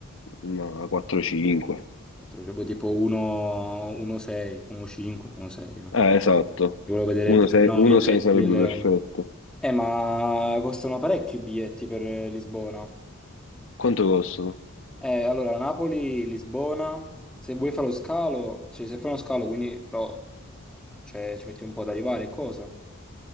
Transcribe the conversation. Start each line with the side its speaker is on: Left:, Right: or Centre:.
Left: ma 4-5.
Centre: Quattro, cioè, boh, tipo 1, 1,6, 1,5, 1,6. eh.
Left: Eh, esatto,
Centre: Volevo vedere
Left: 1-6
Centre: più o meno i pezzi
Left: sarebbe
Centre: delle...
Left: perfetto.
Centre: Eh, ma costano parecchi i biglietti per eh, Lisbona.
Left: Quanto costano?
Centre: Eh, allora, Napoli, Lisbona, se vuoi fare lo scalo, cioè se fai uno scalo, quindi però cioè, ci metti un po' ad arrivare e cosa.